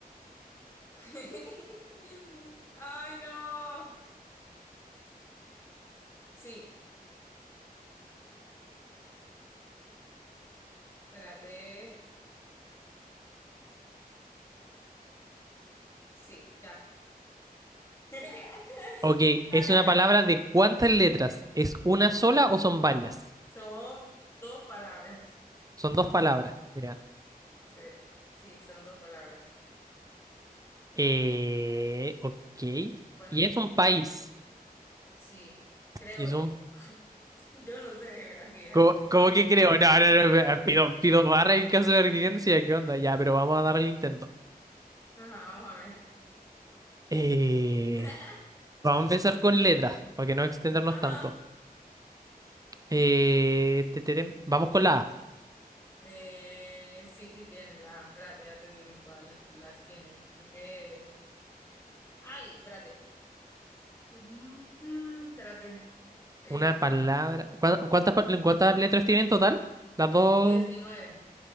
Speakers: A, on the left (about 15°); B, on the right (about 20°).
A: <laughs> Ay, no. Sí, espérate. Sí, ya. <laughs>
B: Ok,
A: Ya,
B: ¿es
A: ya,
B: una
A: ya.
B: palabra de cuántas letras? ¿Es una sola o son varias?
A: Son dos palabras.
B: Son dos palabras. Mira.
A: Se- Sí, son dos palabras.
B: Eh, ok.
A: Bueno,
B: Y es un país.
A: sí, creo
B: Y es
A: yo.
B: un...
A: <laughs> Yo no sé de geografía.
B: ¿Cómo, cómo
A: <laughs>
B: que creo? No, no, no. eh, Pido, pido barra en caso de emergencia. ¿Qué onda? Ya, pero vamos a darle el intento.
A: Ajá, vamos a ver.
B: Eh,
A: <laughs>
B: vamos a empezar con letras, para que no extendernos
A: Ajá.
B: tanto. Eh, te, te, te. Vamos con la A.
A: Eh, sí, sí tiene las, espérate, ya te digo en cuál las tienen. ¿En qué? Ay, espérate. <laughs> Mm, Espérate. Eh,
B: Una palabra. ¿Cuá- ¿Cuántas, pa- cuántas letras tiene en total? Las dos...
A: 19,